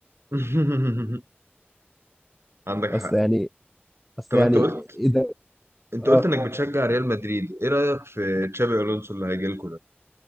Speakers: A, on the right; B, in the centre.
A: <laughs> عندك
B: اصل
A: حق
B: يعني اصل
A: طب
B: يعني
A: أنت قلت
B: ايه ده
A: انت
B: اه
A: قلت انك اه بتشجع ريال مدريد ايه رايك في تشابي الونسو اللي هيجي لكم ده